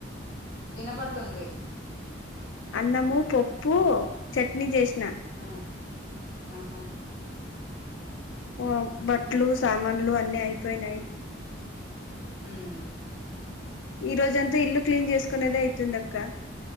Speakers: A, on the left; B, on the left.
A: ఇనపడుతుంది
B: అన్నము పప్పు చట్నీ చేసిన
A: ఆ ఆహా
B: ఆ
A: ఉమ్
B: బట్లు సామాన్లు అన్ని అయిపోయినాయి
A: హుమ్
B: ఈ రోజంతా అంతా ఇల్లు క్లీన్ చేసుకునేదే అయితుంది అక్క